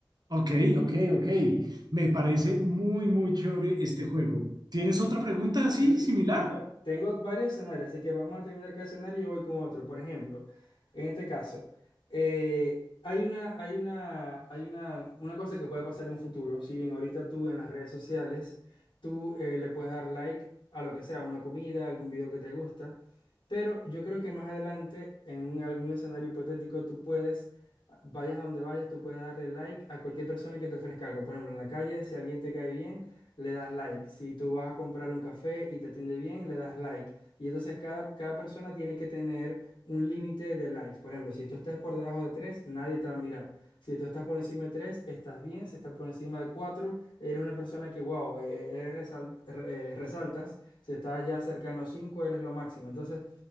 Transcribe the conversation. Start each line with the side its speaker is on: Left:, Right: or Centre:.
Right: Ok, ok, ok. Me parece muy, muy chévere este juego. ¿Tienes otra pregunta
Left: Sí,
Right: así, similar?
Left: tengo, tengo varios escenarios, así que vamos a terminar cada escenario y yo voy con otro. Por ejemplo, en este caso, eh, hay una, hay una, hay una, una cosa que puede pasar en un futuro. Si bien ahorita tú en las redes sociales, tú eh, le puedes dar like a lo que sea, una comida, algún video que te gusta, pero yo creo que más adelante, en un- algún escenario hipotético, tú puedes, vayas a donde vayas, tú puedes darle like a cualquier persona que te ofrezca algo. Por ejemplo, en la calle, si alguien te cae bien le das like. Si tú vas a comprar un café y te atiende bien, le das like. Y entonces cada, cada persona tiene que tener un límite de likes. Por ejemplo, si tú estás por debajo de tres nadie te va a mirar. Si tú estás por encima de tres estás bien. Si estás por encima de cuatro eres una persona que, wow, e- e- eres resal- re- eh, resaltas. Si estás ya cercano a 5, eres lo máximo. Entonces,